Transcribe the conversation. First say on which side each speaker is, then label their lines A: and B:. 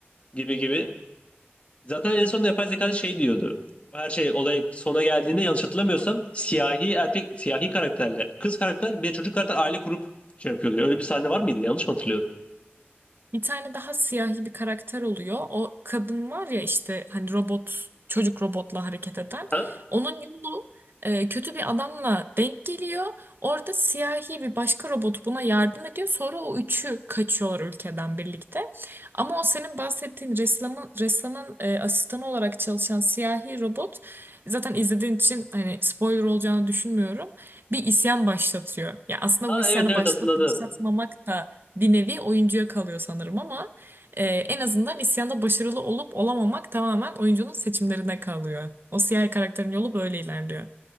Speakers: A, on the left; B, on the right.
A: gibi gibi. Zaten en sonunda yapay zeka da şey diyordu. Her şey olay sona geldiğinde yanlış hatırlamıyorsam siyahi erkek siyahi karakterle kız karakter bir de çocuk karakter aile kurup şey yapıyor diyor. Öyle bir sahne var mıydı? Yanlış mı hatırlıyorum?
B: Bir tane daha siyahi bir karakter oluyor. O kadın var ya işte hani robot çocuk robotla hareket eden.
A: Ha?
B: Onun yolu e, kötü bir adamla denk geliyor. Orada siyahi bir başka robot buna yardım ediyor. Sonra o üçü kaçıyorlar ülkeden birlikte. Ama o senin bahsettiğin ressamın, ressamın e, asistanı olarak çalışan siyahi robot zaten izlediğin için hani spoiler olacağını düşünmüyorum. Bir isyan başlatıyor. Ya aslında
A: Ha,
B: bu isyanı
A: evet evet
B: başlatıp
A: hatırladım.
B: başlatmamak da bir nevi oyuncuya kalıyor sanırım ama e, en azından isyanda başarılı olup olamamak tamamen oyuncunun seçimlerine kalıyor. O siyahi karakterin yolu böyle ilerliyor.